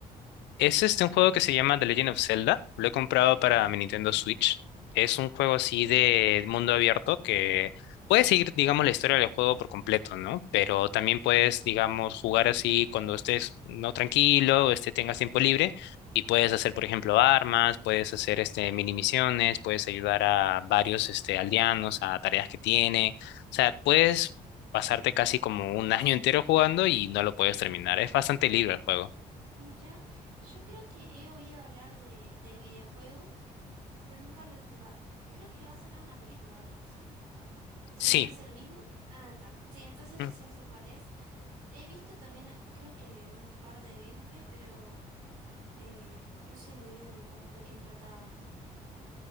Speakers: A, on the left; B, on the right.
A: Es este un juego que se llama The Legend of Zelda. Lo he comprado para mi Nintendo Switch. Es un juego así de mundo abierto que puedes seguir, digamos, la historia del juego por completo, ¿no? Pero también puedes, digamos, jugar así cuando estés no tranquilo, este tengas tiempo libre y puedes hacer, por ejemplo, armas, puedes hacer este mini misiones, puedes ayudar a varios este aldeanos a tareas que tienen. O sea, puedes pasarte casi como un año entero jugando y no lo puedes terminar. Es bastante libre el juego.
B: Mira, yo creo que he oído hablar de, del videojuego, pero nunca lo he jugado. Creo que le va a sacar una película ahora, ¿puede ser? Si
A: Sí.
B: no es el mismo. Ah, está. Sí, entonces sí
A: Mm.
B: ya sé cuál es. He visto también, creo que un par de gameplay, pero eh, no sé muy bien cómo- de qué trataba.